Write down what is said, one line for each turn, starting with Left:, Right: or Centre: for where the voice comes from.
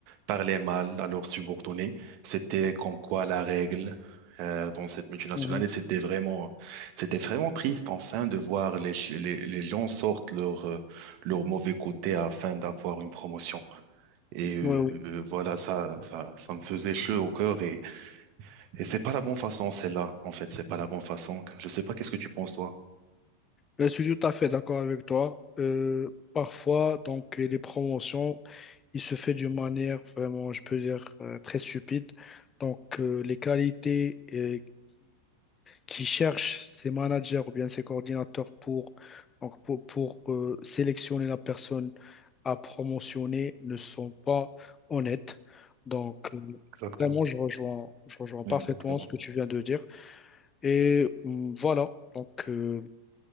Right: parlaient mal à leurs subordonnés. C'était comme quoi la règle euh, dans cette multinationale.
Left: mhm.
Right: Et c'était vraiment, c'était vraiment triste enfin de voir les, ch- les, les gens sortent leur, euh, leur mauvais côté afin d'avoir une promotion. Et euh,
Left: Oui, oui.
Right: voilà, ça, ça, ça me faisait chaud au cœur. Et et c'est pas la bonne façon, celle-là. En fait, c'est pas la bonne façon. Je sais pas qu'est-ce que tu penses, toi.
Left: Je suis tout à fait d'accord avec toi. Euh, parfois, donc, euh, les promotions, il se fait d'une manière vraiment, je peux dire, euh, très stupide. Donc, euh, les qualités euh, qui cherchent ses managers ou bien ses coordinateurs pour, donc pour, pour, euh, sélectionner la personne à promotionner ne sont pas honnêtes. Donc, euh,
Right: Exactement.
Left: vraiment, je rejoins, je rejoins parfaitement
Right: Exactement.
Left: ce que tu viens de dire. Et hum, voilà, donc euh,